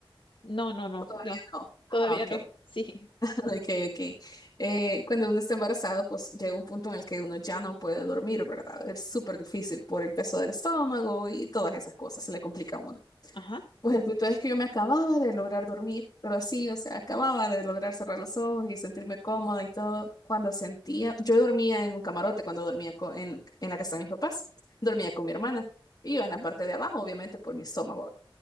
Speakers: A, on the left; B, on the left.
A: No, no, no,
B: ¿O todavía
A: no,
B: no?
A: todavía
B: Ah, ok.
A: no, <laughs> sí.
B: Ok, ok. Eh, cuando uno está embarazado, pues llega un punto en el que uno ya no puede dormir, ¿verdad? Es súper difícil por el peso del estómago y todas esas cosas, se le complica a uno.
A: Ajá.
B: Pues el punto es que yo me acababa de lograr dormir, pero así, o sea, acababa de lograr cerrar los ojos y sentirme cómoda y todo. Cuando sentía, yo dormía en un camarote cuando dormía co- en, en la casa de mis papás, dormía con mi hermana y yo en
A: Ujú,
B: la parte de abajo, obviamente por mi estómago.